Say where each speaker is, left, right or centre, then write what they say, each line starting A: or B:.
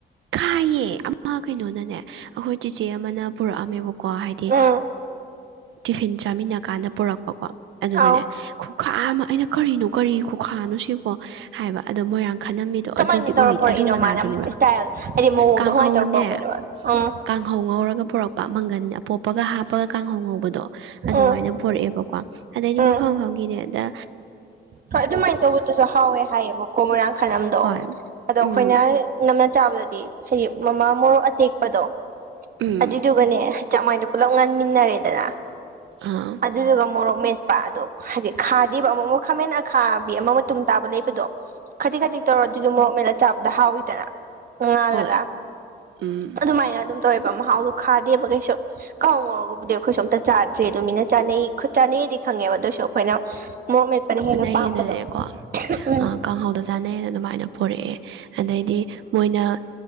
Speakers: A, on the right (about 75°); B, on the right (about 45°).
A: ꯈꯥꯏꯌꯦ ꯑꯃ ꯀꯩꯅꯣꯅꯅꯦ ꯑꯩꯈꯣꯏ ꯆꯦꯆꯦ ꯑꯃꯅ ꯄꯨꯔꯛꯑꯝꯃꯦꯕꯀꯣ ꯀꯣ ꯍꯥꯏꯗꯤ
B: ꯎꯝ
A: ꯇꯤꯐꯤꯟ ꯆꯥꯃꯤꯟꯅ ꯀꯥꯟꯗ ꯄꯨꯔꯛꯄꯀꯣ ꯑꯗꯨꯗꯅꯦ
B: ꯑꯧ
A: ꯈꯨꯈꯥ ꯑꯃ ꯑꯩꯅ ꯀꯔꯤꯅꯣ ꯀꯔꯤ ꯈꯨꯈꯥꯅꯣ ꯁꯤꯕꯣ ꯍꯥꯏꯕ ꯑꯗꯣ ꯃꯣꯏꯔꯥꯡ ꯈꯂꯝꯝꯃꯤꯗꯣ
B: ꯀꯃꯥꯏꯅ
A: ꯑꯗꯨꯗꯤ
B: ꯇꯧꯔ
A: ꯑꯣꯏ
B: ꯄꯣꯔꯛꯏꯅꯣ
A: ꯑꯗꯨ ꯃꯅꯥꯗꯨꯅꯦꯕ
B: ꯃꯥꯅ ꯏꯁꯇꯥꯏꯜ ꯍꯥꯏꯗꯤ ꯃꯑꯣꯡꯗꯣ
A: ꯀꯥꯡꯍꯧꯅꯦ
B: ꯀꯃꯥꯏꯅ ꯇꯧꯔ ꯄꯣꯔꯛꯄꯅꯣꯕ ꯎꯝ
A: ꯀꯥꯡꯍꯧ ꯉꯧꯔꯒ ꯄꯨꯔꯛꯄ ꯃꯪꯒꯟ ꯑꯄꯣꯞꯄꯒ ꯍꯥꯞ ꯍꯥꯄꯒ ꯀꯥꯡꯍꯧ ꯉꯧꯕꯗꯣ ꯑꯗꯨꯃꯥꯏꯅ
B: ꯎꯝ
A: ꯄꯨꯣꯔꯛꯑꯦꯕꯀꯣ ꯑꯗꯩꯗꯤ
B: ꯎꯝ
A: ꯃꯐꯝ ꯃꯒꯤꯅꯦꯗ
B: ꯍꯣꯏ ꯑꯗꯨꯃꯥꯏꯅ ꯇꯧꯕꯗꯨꯁꯨ ꯍꯥꯎꯋꯦ ꯍꯥꯏꯌꯦꯕꯀꯣ ꯃꯣꯏꯔꯥꯡ ꯈꯥꯏꯅꯝꯗꯣ
A: ꯍꯣꯏ
B: ꯑꯗꯣ ꯑꯩꯈꯣꯏꯅ
A: ꯎꯝ
B: ꯅꯝꯅ ꯆꯥꯕꯗꯗꯤ ꯍꯥꯏꯗꯤ ꯃꯃꯥ ꯃꯣꯔꯣꯛ ꯑꯇꯦꯛꯄꯗꯣ
A: ꯎꯝ
B: ꯑꯗꯨꯏꯗꯨꯒꯅꯦ ꯆꯃꯏꯅ ꯄꯨꯂꯞ ꯉꯥꯟꯃꯤꯟꯅꯔꯦꯗꯅ
A: ꯑꯥ
B: ꯑꯗꯨꯗꯨꯒ ꯃꯣꯔꯣꯛ ꯃꯦꯠ ꯄ ꯑꯗꯣ ꯍꯥꯏꯗꯤ ꯈꯥꯗꯦꯕ ꯑꯃ ꯑꯃꯨꯛ ꯈꯥꯃꯦꯟ ꯑ ꯈꯥꯕꯤ ꯑꯃ ꯃꯇꯨꯝ ꯇꯥꯕ ꯂꯩꯕꯗꯣ ꯈꯖꯤꯛ ꯈꯖꯤꯛ ꯇꯧꯔꯣ ꯑꯗꯨꯁꯨ ꯃꯣꯔꯣꯛꯃꯦꯟꯅ ꯆꯥꯕꯗ ꯍꯥꯎꯋꯤꯗꯅ ꯉꯥꯜꯂꯒ
A: ꯍꯣꯏ ꯎꯝ
B: ꯑꯗꯨꯃꯥꯏꯅ ꯑꯗꯨꯝ ꯇꯕ ꯃꯍꯥꯎꯗꯨꯣ ꯈꯥꯗꯦꯕ ꯀꯩꯁꯨ ꯀꯥꯎꯉꯧꯔꯒꯕꯨꯗꯤ ꯑꯩꯈꯣꯏꯁꯨ ꯑꯝꯇ ꯆꯥꯗ꯭ꯔꯦ ꯑꯗꯨꯃꯤꯅ ꯆꯥꯅꯩ ꯆꯥꯅꯩ ꯗꯤ ꯈꯉꯦꯕ ꯑꯗꯨꯑꯣꯏꯁꯨ ꯑꯩꯈꯣꯏꯅ ꯃꯣꯔ ꯃꯦꯠꯄꯅ ꯍꯦꯟꯅ
A: ꯟꯅꯔꯦꯀꯣ
B: ꯄꯥꯝꯕꯗꯣ ꯎꯝ
A: ꯀꯥꯡꯍꯧꯗꯣ ꯆꯥꯅꯩꯌꯦꯅ ꯑꯗꯨꯃꯥꯏꯅ ꯄꯣꯔꯛꯑꯦ ꯑꯗꯩꯗꯤ ꯃꯣꯏꯅ